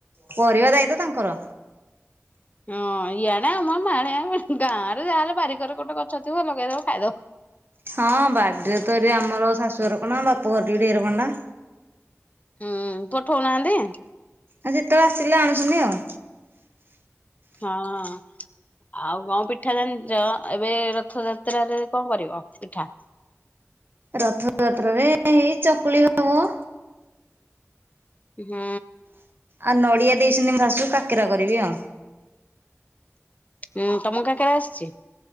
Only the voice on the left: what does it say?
ହଁ ଇଆଡ଼େ ଆମ ମାହାଳିଆ ଗାଁରେ ଯାହାହେଲେ ବାରିପଟେ ଗୋଟେ ଗଛ ଥିବ ଲଗେଇଦବ ଖାଇଦବ
ହୁଁ ପଠଉନାହାନ୍ତି
ହଁ ହଁ ଆଉ କଣ ପିଠା ଜାଣିଛ ଏବେ ରଥଯାତ୍ରାରେ କଣ କରିବ ପିଠା?
ହୁଁ
ହୁଁ ତମ କାକରା ଆସୁଛି